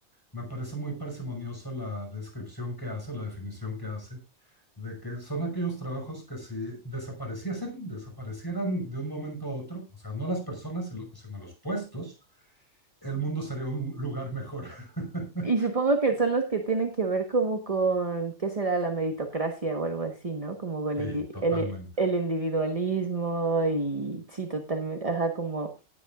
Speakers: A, on the left (about 15°); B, on the right (about 25°).
A: me parece muy parsimoniosa la descripción que hace, la definición que hace, de que son aquellos trabajos que si desapareciesen, desaparecieran de un momento a otro, o sea, no las personas, sino sino los puestos, el mundo sería un lugar mejor. <laughs>
B: Y supongo que son los que tienen que ver como con, ¿qué será la meritocracia o algo así, ¿no? Como el,
A: Sí,
B: indi-
A: totalmente,
B: el, el individualismo y sí, totalmente, ajá, como